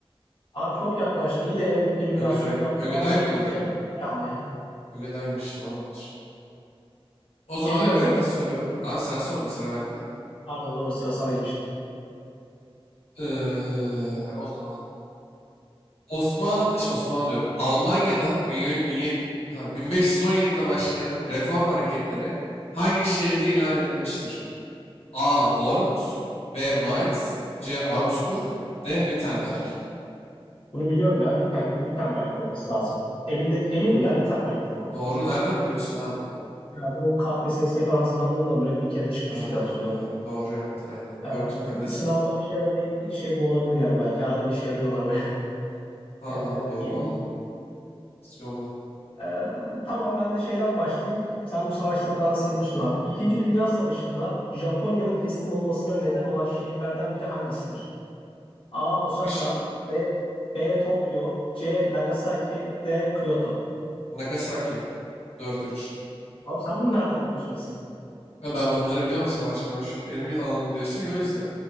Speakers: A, on the left (about 55°); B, on the left (about 80°).
A: Abi çok yaklaştın. İyi de elim- eliminasyon
B: Ögeday.
A: yaptın
B: Ögeday
A: ama
B: mıydı?
A: ama C. Ögeday Han ya.
B: Ögeday'mış tamamdır. O zaman
A: Geliyor
B: ben
A: hazır mısın?
B: de soruyorum. Abi sen sordun sıra bende.
A: Pardon doğru sıra sana geçti.
B: Ee, o zaman. Osman, şey, Osmanlı diyorum. Almanya'da 1700 1700 ha, 1517'de başlayan reform hareketleri hangi şehirde ilan edilmiştir? A. Worms B. Mainz C. Augsburg D. Wittenberg.
A: Bunu biliyorum ya. Witten, Wittenberg olması lazım. Emin de, eminim ya Wittenberg'ti bu.
B: Doğru. Nereden biliyorsun abi bunu?
A: Ya bu KPSS'ye falan hazırlandığımda böyle bir kere çıkmıştı
B: Ha,
A: diye hatırlıyorum.
B: doğru yaptın aynen.
A: Ee,
B: 4-2 öndesin.
A: sınavlar işe yaradı. İlk, ilk şey bu olabilir yani. Belki arada bir şey arıyorlar böyle. <laughs>
B: Tamam
A: Ee,
B: abi doğru
A: geliyor
B: valla.
A: soru.
B: Yolla.
A: Ee, tamam ben de şeyden başlayayım. Sen bu savaşları falan seviyorsun abi. İkinci Dünya Savaşı'nda Japonya'nın teslim olmasına neden olan şehirlerden biri hangisidir? A. Osaka
B: Kişi mi?
A: B. B. Tokyo C. Nagasaki D. Kyoto
B: Nagasaki. Dört üç.
A: Abi sen bunu nereden biliyorsun asıl?
B: Ha, ben bunları biliyorum savaşma. Şu, benim alanım diyorsun ya o yüzden.